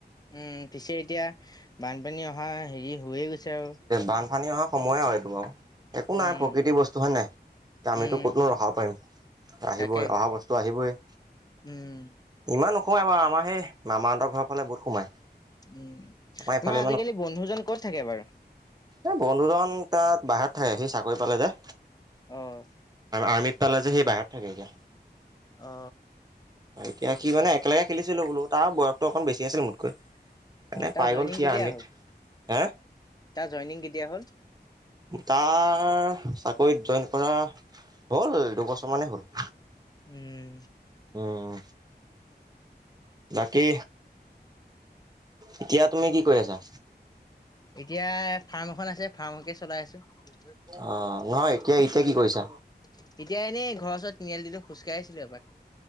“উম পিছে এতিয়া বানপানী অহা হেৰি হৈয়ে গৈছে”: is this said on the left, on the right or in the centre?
Left